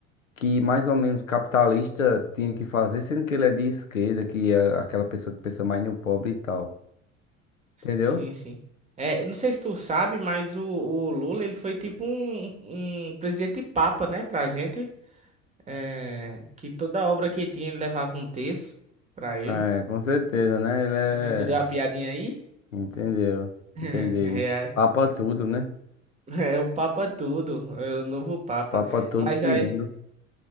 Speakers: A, on the left; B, on the right.
A: que mais ou menos capitalista tinha que fazer, sendo que ele é de esquerda, que é aquela pessoa que pensa mais no pobre e tal. Entendeu?
B: Sim, sim. É, não sei se tu sabe, mas o, o Lula ele foi tipo um, um presidente papa, né, pra gente. É, que toda obra que tinha ele levava um texto pra ele.
A: É, com certeza, né? Ele
B: Você entendeu a
A: é.
B: piadinha aí?
A: Entendeu?
B: <laughs>
A: Entendi. Papa tudo, né?
B: É, é o Papa tudo, é o novo Papa.
A: Papa tudo
B: Mas
A: segundo.
B: aí,